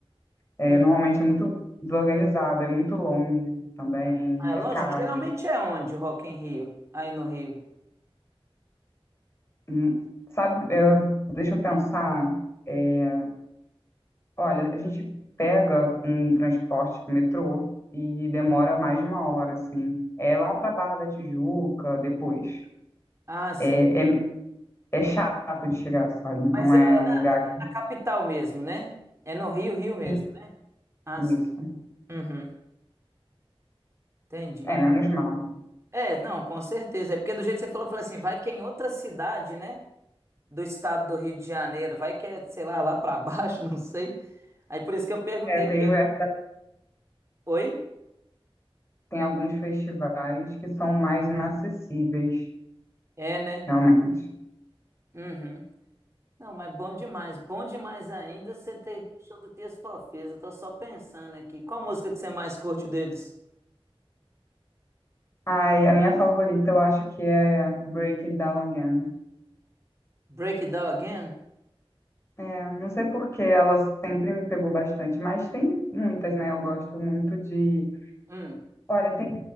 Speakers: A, on the left; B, on the right.
A: é,
B: hum.
A: normalmente é muito desorganizado, é muito longe também,
B: Ah, é longe?
A: é caro.
B: Geralmente é onde o Rock em Rio? Aí no Rio.
A: Hum, Sabe, eu- deixa eu pensar, é, olha, a gente pega um transporte, tipo, metrô, e demora mais de uma hora, assim. É lá para Barra da Tijuca, depois.
B: Ah, sim.
A: É, é, é chato de chegar, sabe?
B: Mas
A: Não
B: é,
A: é
B: é
A: um
B: na,
A: lugar
B: é na capital mesmo, né? É no Rio, Rio mesmo.
A: que
B: né? Ah,
A: isso.
B: sim. Uhum. Entendi.
A: É, menos mal.
B: É, não, com certeza. É porque do jeito que você falou, eu falei assim, vai que é em outra cidade, né? Do estado do Rio de Janeiro. Vai que é, sei lá, lá pra baixo, <laughs> não sei. Aí por isso que eu perguntei,
A: É, tem,
B: porque...
A: o- é,
B: Oi?
A: tem alguns festivais que são mais inacessíveis,
B: É, né?
A: realmente.
B: Uhum. Não, mas bom demais. Bom demais ainda você ter ido no show do Tears for Fears. Eu tô só pensando aqui. Qual música que você mais curte deles?
A: Ai, a minha favorita eu acho que é Break It Down Again.
B: Break It Down Again?
A: É, não sei porque ela sempre me pegou bastante, mas tem muitas, né? Eu gosto muito de.
B: Hum,
A: Olha, tem